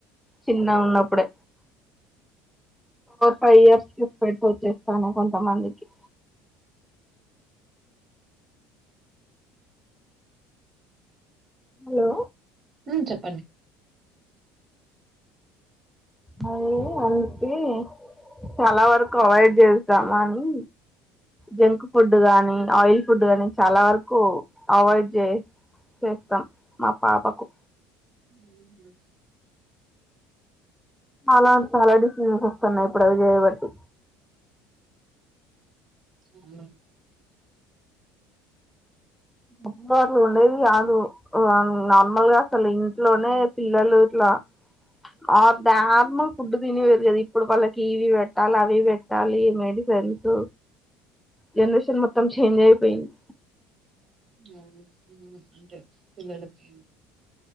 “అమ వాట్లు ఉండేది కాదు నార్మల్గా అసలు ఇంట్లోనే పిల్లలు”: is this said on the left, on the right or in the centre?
Centre